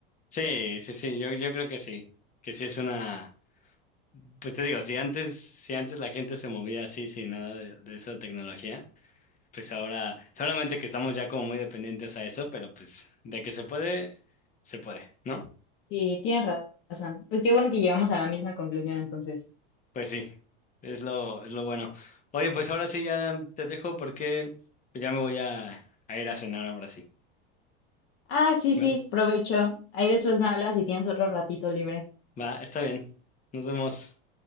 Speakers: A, on the left; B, on the left.
A: Sí, sí, sí, yo, yo creo que sí, que sí es una, pues te digo, si antes, si antes la gente se movía así sin nada de de esa tecnología. pues ahora, solamente que estamos ya como muy dependientes a eso, pero pues de que se puede, se puede, ¿no?
B: Sí, tienes ra- razón. Pues qué bueno que llegamos a la misma conclusión entonces.
A: Pues sí, es lo, es lo bueno. Oye, pues ahora sí ya te dejo porque ya me voy a, a ir a cenar ahora sí.
B: Ah, sí,
A: ¿Vale?
B: sí, provecho. Ahí después me hablas si tienes otro ratito libre.
A: Va, está bien. Nos vemos.